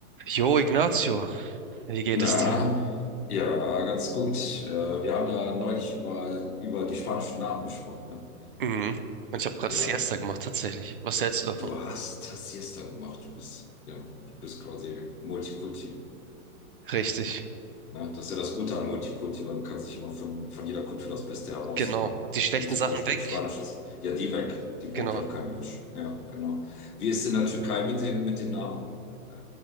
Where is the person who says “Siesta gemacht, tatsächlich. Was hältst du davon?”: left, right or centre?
Right